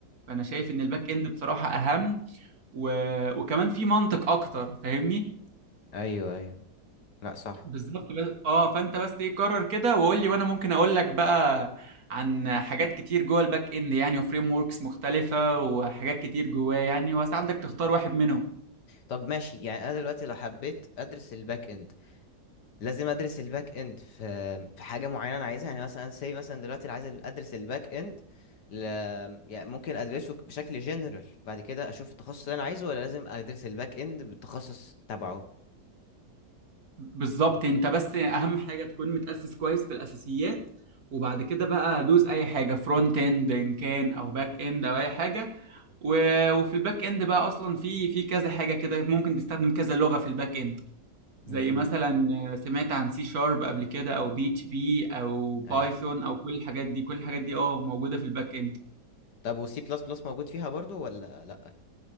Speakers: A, on the right; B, on the left.
A: فانا شايف ان الباك اند بصراحة اهم و... وكمان في منطق اكتر فاهمني
B: ايوه ايوه لا صح
A: بالظبط بس اه فانت بس ايه قرر كده وقول لي وانا ممكن اقول لك بقى عن حاجات كتير جوه الباك اند يعني وفريم وركس مختلفة وحاجات كتير جواه يعني واساعدك تختار واحد منهم
B: طب ماشي يعني انا دلوقتي لو حبيت ادرس الباك اند لازم ادرس الباك اند في في حاجه معينه انا عايزها يعني مثلا سي مثلا دلوقتي أنا عايز ادرس الباك اند ل... يعني ممكن ادرسه بشكل جنرال بعد كده اشوف التخصص اللي انا عايزه ولا لازم ادرس الباك اند بالتخصص تبعه
A: بالظبط انت بس اهم حاجه تكون متاسس كويس في الاساسيات وبعد كده بقى دوس اي حاجه فرونت اند ان كان او باك اند او اي حاجه و- وفي الباك اند بقى اصلا في في كذا حاجه كده ممكن تستخدم كذا لغه في الباك اند
B: امم
A: زي مثلا آه، سمعت عن سي شارب قبل كده او بي اتش بي او بايثون
B: ايوه
A: او كل الحاجات دي كل الحاجات دي اه موجوده في الباك اند
B: طب وسي بلس بلس موجود فيها برضو ولا لا